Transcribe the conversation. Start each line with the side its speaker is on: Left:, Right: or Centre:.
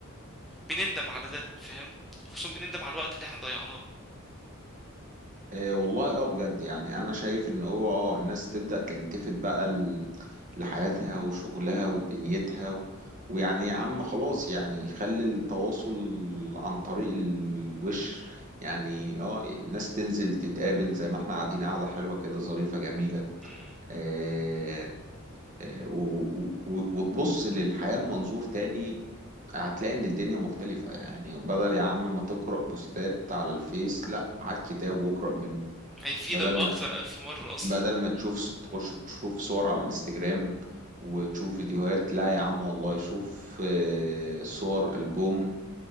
Centre: بنندم على ده فاهم خصوصا بنندم على الوقت اللي احنا ضيعناه
Right: إيه والله اه بجد يعني انا شايف ان هو اه الناس تبدأ تلتفت بقى ل- لحياتها وشغلها ودنيتها و... ويعني يا عم خلاص يعني خلي التواصل عن طريق الوش يعني اه الناس تنزل تتقابل زي ما احنا قاعدين قاعدة حلوة كده ظريفة جميلة
Centre: مهم.
Right: آه آه و... و... وتبص للحياة من منظور تاني هتلاقي ان الدنيا مختلفة يعني بدل يا عم ما تقرأ بوستات على الفيس لا على الكتاب واقرأ منه
Centre: هيفيدك
Right: بدل
Centre: أكتر
Right: ما
Centre: ألف مرة أصلا
Right: بدل ما تشوف تخش تشوف صور على الانستجرام وتشوف فيديوهات لا يا عم والله شوف آه، صور ألبوم